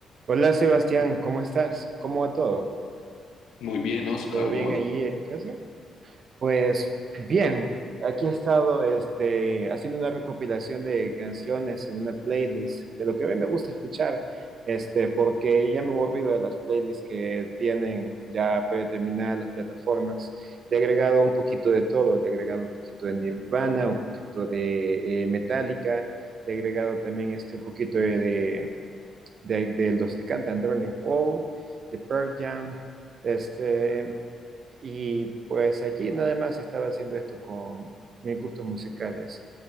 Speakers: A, on the right; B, on the left.
A: Hola Sebastián, ¿cómo estás? ¿Cómo va todo?
B: Muy bien, Oscar,
A: ¿Todo bien
B: vos.
A: allí en casa? Pues bien, aquí he estado este, haciendo una recopilación de canciones en una playlist de lo que a mí me gusta escuchar, este, porque ya me he aburrido de las playlists que tienen ya predeterminadas las plataformas. Le he agregado un poquito de todo, le he agregado un poquito de Nirvana, un poquito de eh, Metallica, le he agregado también este, un poquito de, de, de los que cantan, de Running Paul, de Pearl Jam, este, y pues allí nada más estaba haciendo esto con mis gustos musicales.